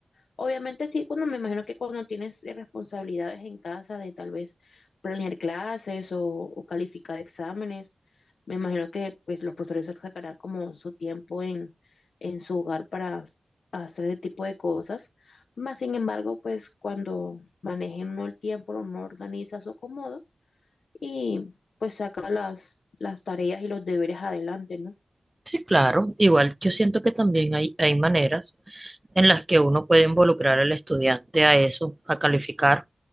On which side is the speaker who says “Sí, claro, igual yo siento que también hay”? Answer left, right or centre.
Right